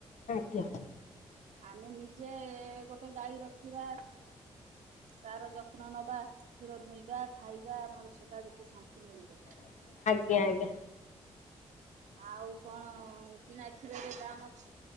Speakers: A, on the left (about 70°); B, on the right (about 70°).
A: <inaudible>
B: ଆମେ ନିଜେ ଗୋଟେ ଗାଈ ରଖିବା ତାର ଯତ୍ନ ନବା କ୍ଷୀର ଦୁଇଁବା ଖାଇବା ଆମର ସେଟା ଯେତେ ଶା ମିଳିବ
A: ଆଜ୍ଞା ଆଜ୍ଞା
B: ଆଉ କଣ କିଣା କ୍ଷୀରରେ ଦାମ୍ ଅଛି।